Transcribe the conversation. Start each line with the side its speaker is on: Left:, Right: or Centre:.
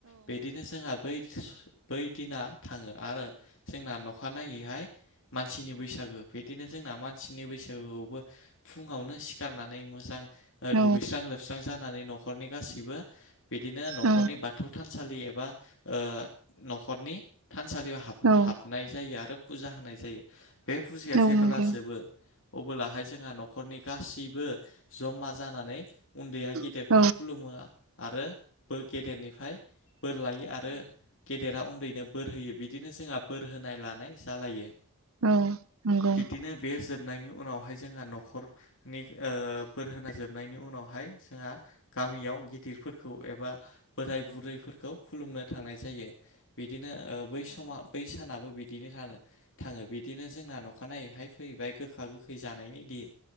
Left: बिदिनो जोंहा। बै बै दिना थाङो आरो जोंना नखा नायैहाय। मानसिनि बैसागो बिदिनो जोंना मानसिनि बैसा फुङावनो सिखारनानै मोजां ओ-दुगैस्रां
Right: औ
Left: लोबस्रां जा नानै न'खरनि गासिबो बिदिनो न'खरनि
Right: औ
Left: बाथौ था -नसालि एबा ओ-न'खरनि थानसालियाव हाब-हाबनाय
Right: नंगौ औ नंगौ औ
Left: जायो आरो। फुजा होनाय जायो बे फुजाया
Right: औ नंगौ
Left: जेबोला
Right: औ औ औ औ
Left: जोबो
Right: नंगौ औ
Left: अब्लाहाय। जोंहा न'खरनि गासैबो जमा जानानै उन्दैया गेदेरखौ
Right: औ औ
Left: खुलुमो। आरो गेदेरनिफ्राय बोर लायो आरो गेदेरा। उन्दैनो बोर होयो बिदिनो जोंहा बोर होनाय लानाय जालायो।
Right: औ नंगौ
Left: बिदिनो बे जोबनायनि उनावहाय। जोंहा न'खरनि ओ-बोर होनाय जोबनायनि उनावहाय जोंहा गामियाव गिदिर। फोरखौ एबा। बोराय बुरैफोरखौ खुलुमनो थांनाय जायो बिदिनो ओ- बै समा बै सानाबो बिद दिनो थानो थाङो बिदिनो जोंना नखानायैहाय फैबाय गोखा गोखै जानायनि दिन।